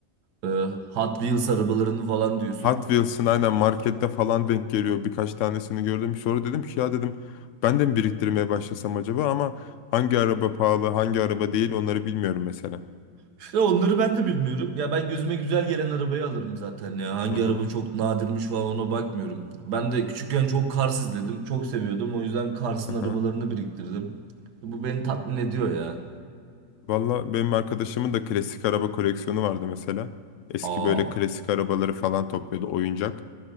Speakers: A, on the right (about 85°); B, on the left (about 70°).
A: Ee, Hot Wheels arabalarını falan diyorsun.
B: Hot Wheels'ın aynen markette falan denk geliyor. Birkaç tanesini gördüm. Sonra dedim ki ya dedim ben de mi biriktirmeye başlasam acaba ama hangi araba pahalı, hangi araba değil onları bilmiyorum mesela.
A: İşte onları ben de bilmiyorum. Ya ben gözüme güzel gelen arabayı alırım zaten ya. Hangi
B: Hı hı.
A: araba çok nadirmiş falan ona bakmıyorum. Ben de küçükken çok Cars izledim. Çok seviyordum. O yüzden Cars'ın
B: Aha.
A: arabalarını biriktirdim. Bu beni tatmin ediyor ya.
B: Valla benim arkadaşımın da klasik araba koleksiyonu vardı mesela. Eski
A: Aa,
B: böyle klasik arabaları falan topluyordu oyuncak.